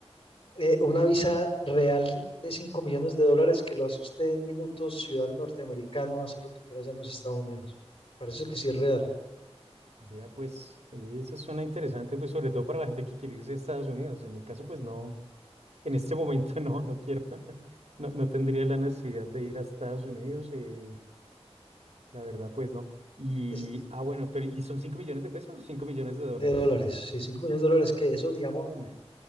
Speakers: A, on the left; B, on the right.
A: eh, una visa real de 5 millones de dólares que lo hace usted en minutos, ciudadano norteamericano, hacer lo que quiera allá en los Estados Unidos. Parece que sí es real.
B: Vea, pues, eh, eso suena interesante, pues, sobre todo para la gente que quiere irse a Estados Unidos. En mi caso, pues, no, en este momento <laughs> no, no quiero, <laughs> no, no tendría la necesidad de ir a Estados Unidos, eh, la verdad, pues, no. Y,
A: Es,
B: ah, bueno, pero, ¿y son 5 millones de pesos o 5 millones de dólares?
A: De dólares, sí, 5 millones de dólares, que eso, digamos,
B: Mm,